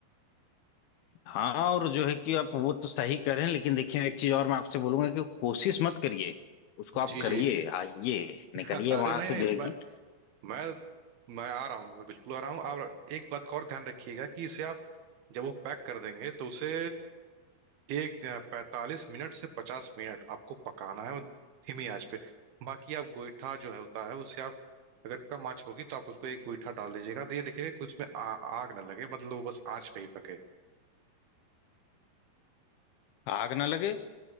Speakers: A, on the left; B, on the right.
A: हाँ और जो है कि आप वो तो सही करें लेकिन देखिए एक चीज और मैं आपसे बोलूंगा कि कोशिश मत करिए उसको आप
B: जी
A: करिए
B: जी
A: आइए
B: <laughs>
A: निकलिए
B: अरे
A: वहां
B: नहीं
A: से
B: नहीं
A: जो है कि
B: मैं मैं मैं आ रहा हूँ मैं बिल्कुल आ रहा हूँ आप एक बात का और ध्यान रखिएगा कि इसे आप जब वो पैक कर देंगे तो उसे एक पैंतालीस मिनट से पचास मिनट आपको पकाना है और धीमी आंच पे बाकी आप गोईठा जो है होता है उसे आप अगर कम आंच होगी तो आप उसको एक गोईठा डाल दीजिएगा तो ये देखिएगा कि उसमें आ, आग ना लगे मतलब वो बस आंच पे ही पके
A: आग ना लगे